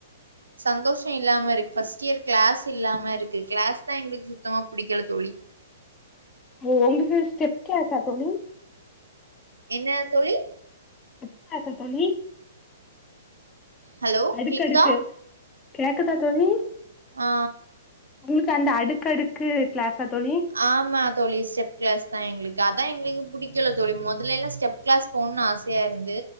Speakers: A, on the right; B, on the left.
A: சந்தோஷோ இல்லாம இருக்கு ஃபர்ஸ்ட் இயர் கிளாஸ் இல்லாம இருக்கு கிளாஸ்தா எங்களுக்கு சுத்தமா புடிக்கல தோழி
B: ஓ உங்கக்கு ஸ்டேப் கிலாஸ்சா தோழி
A: என்ன தோழி
B: ஸ்டெப் கிளாஸ்சா தோழி
A: ஹலோ
B: அடுக்கு
A: கேக்குதா
B: அடுக்கு கேக்கதா தோழி
A: ஆ
B: உங்குளுக்கு அந்த அடுக்கு அடுக்கு கிளாஸ்சா தோழி
A: ஆமா தோழி ஸ்டெப் கிளாஸ் தா எங்குளுக்கு அதா எங்குளுக்கு புடிக்கல தோழி மொதலேல்லா ஸ்டெப் கிளாஸ் போன்னு ஆசையாருந்து